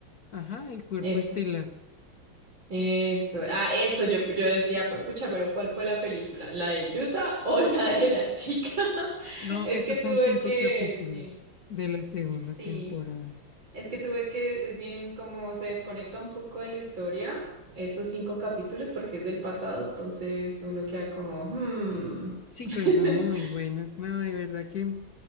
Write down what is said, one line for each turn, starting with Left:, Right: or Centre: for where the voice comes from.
Left: Ajá, el cuerpo
Right: Eso.
Left: estelar.
Right: Eso, ah, eso, yo, yo decía, pues pucha, pero ¿cuál fue la película? ¿La de Utah o <laughs> la de la chica? <laughs>
Left: No,
Right: Es
Left: esos
Right: que tú
Left: son
Right: ves
Left: cinco
Right: que,
Left: capítulos
Right: sí,
Left: de la segunda
Right: sí,
Left: temporada.
Right: es que tú ves que es bien como se desconecta un poco de la historia, esos cinco capítulos, porque es del pasado, entonces uno queda como, hmm,
Left: Sí,
Right: <laughs>
Left: pero son muy buenas. No, de verdad que